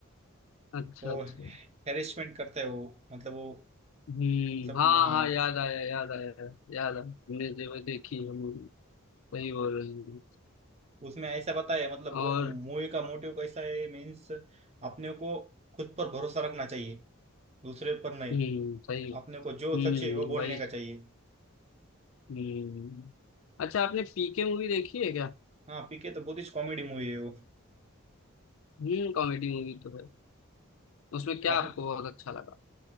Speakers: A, on the left (about 70°); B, on the right (about 30°).
A: अच्छा
B: वो
A: अच्छा
B: हेरेसमेंट करता है वो मतलब वो
A: हम्म
B: मतलब
A: हाँ
B: हाँ
A: हाँ याद आया याद आया याद आया हमने जो देखी हम सही बोल रहे हैं
B: उसमें ऐसा बताया है मतलब
A: और
B: वो मूवी का मोटिव कैसा है मीन्स अपने को खुद पर भरोसा रखना चाहिए दूसरे पर नहीं
A: हम्म सही
B: अपने को जो
A: हम्म
B: सच है वो बोलने
A: वही
B: का चाहिए
A: हम्म अच्छा आपने पीके मूवी देखी है क्या
B: हाँ पीके तो बहुत ही कॉमेडी मूवी है वो
A: हम्म कॉमेडी मूवी तो है उसमें क्या
B: आप
A: आपको बहुत अच्छा लगा